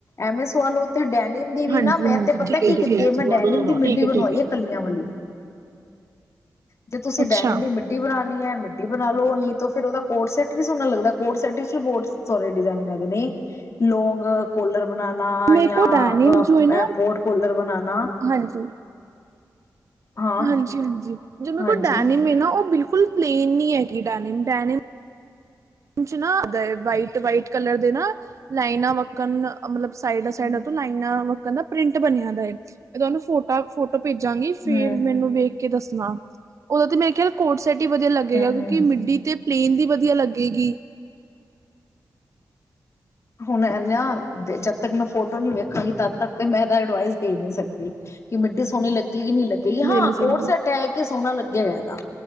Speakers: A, on the left (about 45°); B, on the right (about 50°).
A: ਐਵੇਂ ਸਵਾਲੋ ਤੇ ਡੈਨਿਮ ਦੀ ਵੀ
B: ਹਾਂਜੀ
A: ਨਾ, ਮੈਂ
B: ਹਾਂਜੀ
A: ਤੇ ਪਤੈ
B: ਠੀਕ ਹੈ
A: ਕੀ ਕੀਤੀ
B: ਠੀਕ ਹੈ
A: ਏ ਮੈਂ ਡੈਨਿਮ ਦੀ ਮਿੱਡੀ
B: ਠੀਕ ਹੈ
A: ਬਣਵਾਈ
B: ਠੀਕ ਹੈ
A: ਐ, ਕੱਲੀਆਂ ਵਾਲੀ। ਜੇ ਤੁਸੀਂ
B: ਅੱਛਾ
A: ਡੈਨਿਮ ਦੀ ਮਿੱਡੀ ਬਣਾਣੀ ਐ, ਮਿੱਡ ਬਣਾ ਲੋ, ਨੀ ਤੇ ਫਿਰ ਔਦਾ ਕੋਡ ਸੈਟ ਵੀ ਸੋਨਾ ਲੱਗਦਾ, ਕੋਡ ਸੈੱਟ ਇਚ ਵੀ ਬੌਟ ਸੋਰੇ ਡਿਜ਼ਾਇਨ ਹੈਗੇ ਨੇ। ਲੌਗ ਕੋਲਰ ਬਨਾਣਾ,
B: ਮੇਰੇ
A: ਯਾ
B: ਕੋਲ ਡੈਨਿਮ
A: ਅ
B: ਜੋ ਹੈ ਨਾ
A: ਐ ਕੋਟ ਕੋਲਰ ਬਨਾਣਾ।
B: ਹਾਂਜੀ।
A: ਹਾਂ
B: ਹਾਂਜੀ ਹਾਂਜੀ, ਜੋ ਮੇਰੇ
A: ਹਾਂਜੀ
B: ਕੋਲ ਡੈਨਿਮ ਏ ਨਾ, ਔ ਬਿਲਕੁਲ ਪਲੇਨ ਨੀ ਹੈਗੀ ਡੈਨਿਮ। ਡੈਨਿਮ ਕੁਛ ਨਾ ਦਏ ਵਾਈਟ ਵਾਈਟ ਕਲਰ ਦੇ ਨਾ ਲਾਈਨਾਂ ਵੱਕਣ, ਮਤਲਬ ਸਾਈਡਾਂ
A: ਹੂੰ
B: ਸਾਈਡਾਂ ਤੋਂ ਲਾਈ ਨਾ ਵਕਣ ਦਾ ਪ੍ਰਿੰਟ ਬਣਿਆ ਦਾ ਏ, ਮੈ ਤੁਹਾਨੂੰ ਫੋਟਾ ਫੋਟੋ ਭੇਜਾਂਗੀ, ਫੇਰ
A: ਹੂੰ
B: ਮੈਨੂੰ ਵੇਖ ਕਿ ਦੱਸਣਾ, ਔਦਾ ਤੇ ਮੇਰਾ ਖਿਆਲ ਕੋਡ ਸੈਟ ਹੀ ਵਧੀਆ ਲੱਗੇਗਾ, ਕਿਉਂਕਿ
A: ਹੂੰ
B: ਮਿੱਡੀ ਤੇ ਪਲੇਨ ਦੀ ਵਧੀਆ ਲੱ ਲਗੇਗੀ।
A: ਹੁਣ, ਐਨ ਆ ਜਦ ਤੱਕ ਮੈਂ ਫੋਟੋ ਨੀ ਵੇਖਾਂਗੀ, ਤਦ ਤੱਕ ਤੇ ਮੈਂ ਐਦਾ ਐਡਵਾਈਸ ਦੇ ਨੀ ਸਕਦੀ, ਕਿ ਮਿੱਡੀ ਸੋਣੀ ਲੱਗੇਗੀ ਨੀ ਲੱਗੇਗੀ,
B: ਦੇ
A: ਹਾਂ,
B: ਨੀ ਸਕਦੀ
A: ਕੋਰਡ ਸੈਟ ਐ ਕੇ ਸੋਣਾ ਲੱਗੇਗਾ ਐਦਾ,